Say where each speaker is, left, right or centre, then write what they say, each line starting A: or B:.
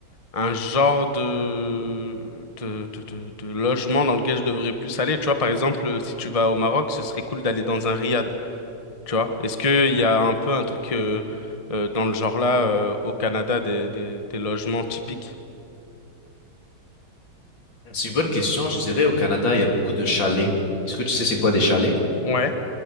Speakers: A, on the left; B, on the left.
A: un genre de, de, de, de, de logement dans lequel je devrais plus aller. Tu vois, par exemple, si tu vas au Maroc, ce serait cool d'aller dans un riad. Tu vois, est-ce qu'il y a un peu un truc euh, euh, dans le genre là euh, au Canada des, des, des logements typiques?
B: C'est une bonne question. Je dirais au Canada, il y a beaucoup de chalets. Est-ce que tu sais c'est quoi des chalets?
A: Ouais.